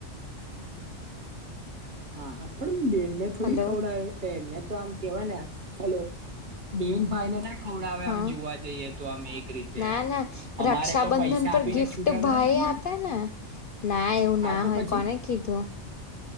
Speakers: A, on the right (about 40°); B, on the left (about 55°).
A: હા પણ બેન ને થોડી
B: હલો
A: ખવડાવે ેને તો આમ કેવાય ને હલો બિન હોઈએ ના ખવડાવે
B: હા
A: આમ જોવા જઈએ તો આમ એક રીતે
B: ના ના
A: અમારે
B: રક્ષાબંધન
A: તો પૈસા
B: પર
A: આપીને
B: ગિફ્ટ
A: છૂટા થવાનું
B: ભાઈ
A: હોય.
B: આપે
A: ને
B: ના એવું
A: હા
B: ના
A: તો
B: હોય
A: પછી
B: કોને કીધું.